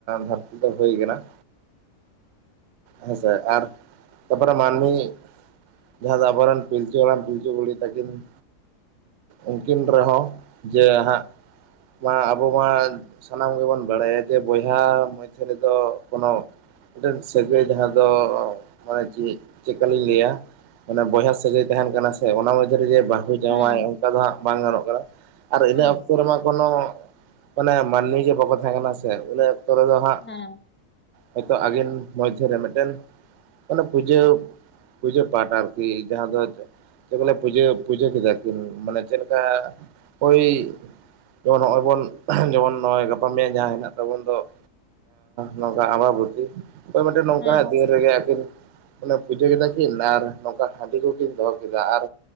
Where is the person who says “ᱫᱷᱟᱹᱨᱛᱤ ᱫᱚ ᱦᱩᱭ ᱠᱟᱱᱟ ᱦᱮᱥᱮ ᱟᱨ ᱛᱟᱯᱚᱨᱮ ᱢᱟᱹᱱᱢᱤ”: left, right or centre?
Right